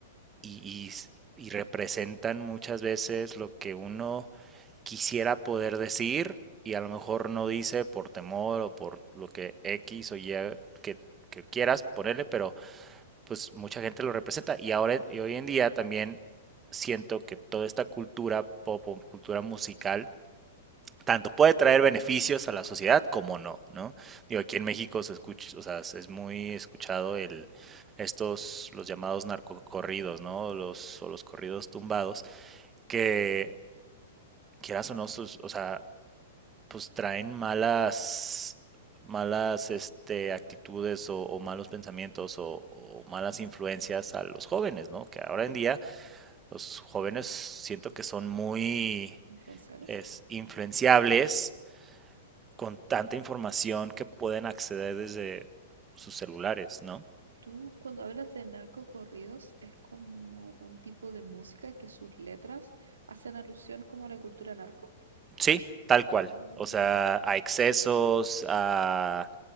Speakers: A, on the right (about 20°); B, on the right (about 85°).
A: y, y s- y representan muchas veces lo que uno quisiera poder decir y a lo mejor no dice por temor o por lo que X o Y que, que quieras ponerle, pero pues mucha gente lo representa. Y ahora y hoy en día también siento que toda esta cultura pop o cultura musical tanto puede traer beneficios a la sociedad como no, ¿no? Digo, aquí en México se escucha, o sea, es muy escuchado el estos los llamados narcocorridos, ¿no? Los o los corridos tumbados que quieras o no, o sea, pues traen malas, malas este, actitudes o, o malos pensamientos o, o malas influencias a los jóvenes, ¿no? Que ahora
B: Sí.
A: en día los jóvenes siento que son muy
B: Influenciales.
A: es, influenciables con tanta información que pueden acceder desde sus celulares, ¿no?
B: Tú cuando hablas de narcocorridos es como un tipo de música que sus letras hacen alusión como a la cultura narco.
A: Sí, tal cual.
B: Ah,
A: O sea,
B: ya.
A: a excesos, a,